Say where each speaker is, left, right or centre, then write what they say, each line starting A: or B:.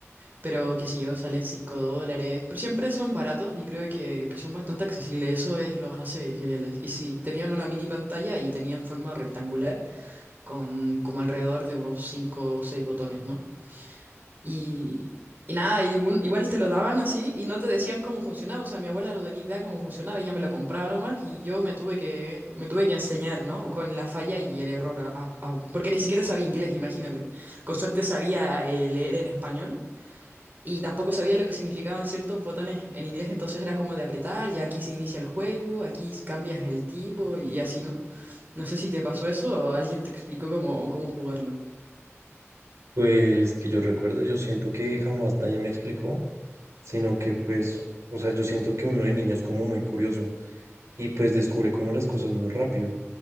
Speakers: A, on the right; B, on the right.
A: Pero qué sé yo, salen 5 dólares. Pero siempre son baratos y creo que, que son bastante accesibles. Eso es- los hace geniales. Y sí, tenían una mini pantalla y tenían forma rectangular con como alrededor de unos 5 o 6 botones, ¿no? Y, y nada, y un- igual te lo daban así y no te decían cómo funcionaba. O sea, mi abuela no tenía idea cómo funcionaba, ella me lo compraba nomás y yo me tuve que, me tuve que enseñar, ¿no? Con la falla y el error. a- a- a- porque ni siquiera sabía inglés, imagínate. Con suerte sabía eh, leer en español. Y tampoco sabía lo que significaban ciertos botones en inglés, entonces era como de apretar, y aquí se inicia el juego, aquí cambias el tipo y así, ¿no? No sé si te pasó eso o alguien te explicó cómo, cómo jugarlo.
B: Pues que yo recuerde, yo siento que jamás nadie me explicó, sino que pues, o sea, yo siento que uno de niños como muy curioso y pues descubre como las cosas muy rápido. O